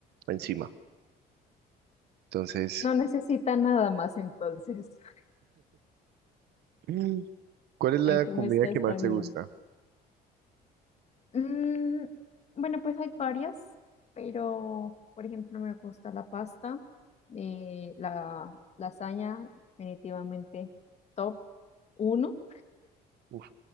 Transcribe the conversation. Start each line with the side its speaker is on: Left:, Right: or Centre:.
Right: encima. Entonces,
Left: No necesita nada más entonces. <laughs>
Right: Mm. ¿cuál es la
Left: Ay, cómo
Right: comida
Left: está,
Right: que
Left: está
Right: más
Left: bien.
Right: te gusta?
Left: Mm, bueno, pues hay varias, pero por ejemplo me gusta la pasta, eh, la lasaña, definitivamente top uno.
Right: Uf,